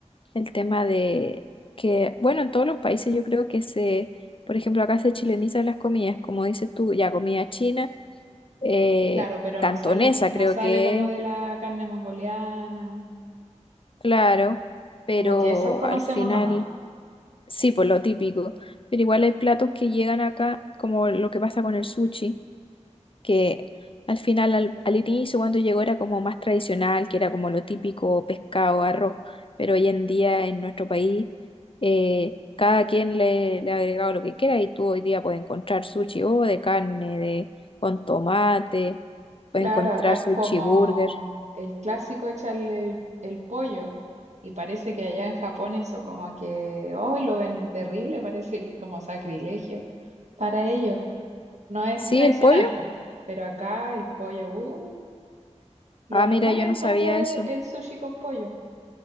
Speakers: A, on the left; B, on the right.
A: el tema de que, bueno, en todos los países yo creo que se, por ejemplo, acá se chilenizan las comidas, como dices tú, ya comida china, eh,
B: Claro, pero
A: cantonesa
B: no sale, no
A: creo
B: sale
A: que
B: como
A: es,
B: de la carne mongoliana
A: claro, pero
B: Como que esos conocemos
A: al final,
B: nomás.
A: sí, por lo típico, pero igual hay platos que llegan acá, como lo que pasa con el sushi que al final, al, al inicio cuando llegó era como más tradicional, que era como lo típico pescado, arroz, pero hoy en día en nuestro país eh, cada quien le, le ha agregado lo que quiera y tú hoy día puedes encontrar sushi o de carne, de, con tomate, puedes
B: Claro,
A: encontrar
B: acá es
A: sushi
B: como
A: burger.
B: el clásico echarle el, el pollo. Y parece que allá en Japón eso como que hoy lo ven terrible, parece que es como sacrilegio para ellos. No es
A: ¿Sí,
B: tradicional,
A: el pollo?
B: po. Pero acá el pollo, uh, lo
A: Ah,
B: normal
A: mira, yo
B: es
A: no
B: encontrar
A: sabía
B: e-
A: eso.
B: el, sushi con pollo.